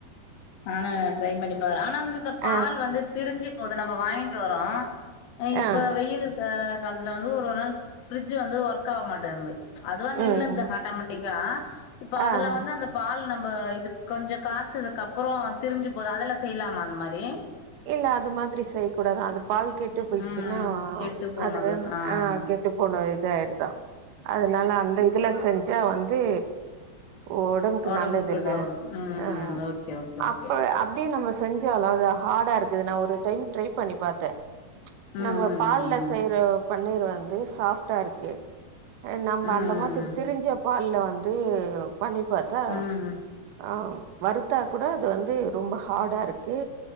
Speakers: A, on the left; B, on the right.
A: நானு ட்ரை பண்ணி பாக்ற ஆனா இந்த இந்த
B: ஆ
A: பால் வந்து திரிஞ்சு போது நம்ம வாய்ங்ன்டு வரோ அ இப்ப
B: ஆ
A: வெயில் க காலத்துல வந்து ஒரு ஒரு நாள் ஃபிரிட்ஜு வந்து ஒர்க்காவ மாட்டேந்து அதுவா நின்னுத்து
B: ம்
A: ஆட்டாமேட்டிக்கா இப்ப அ
B: ஆ
A: ந்த பால் நம்ப இது கொஞ்சொ காசதுக்கு அப்பறோ திரிஞ்சு போது அதல்ல செய்லாமா அந்த மாரி
B: இல்ல அது மாதிரி செய்க்கூடாது அது பால் கெட்டு போயிச்ன்னா
A: ம் கெட்டு போனது
B: அது
A: ஆமா
B: ஆ கெட் ட்டுப்போன இது ஆய்ருதா அதனால அந்த இதுல செஞ்சா வந்து ஓடம்புக்கு
A: ஒடம்புக்கு
B: நல்லதில்ல
A: இதுவாகு
B: ம்
A: ஓகே ஓகே ஓகே
B: அப்ப அப் டே நம்ம செஞ்சாலு அது ஹாடா இருக்குது நா ஒரு டைம் ட்ரை பண்ணி பாத்த
A: ம்
B: நம்ம பால்ல செய்ற
A: ம்
B: பன்னீர் வந்து சாஃப்ட்டா இருக்கு அ நம்ம
A: ம் ம்
B: அந்த மாதிரி திரிஞ்ச பால்ல வந்து பண்ணி பாத்தா
A: ம் ம் ம் ம்
B: ஆ வருத்தா கூட அது வந்து ரொம்ப ஹாடா இருக்கு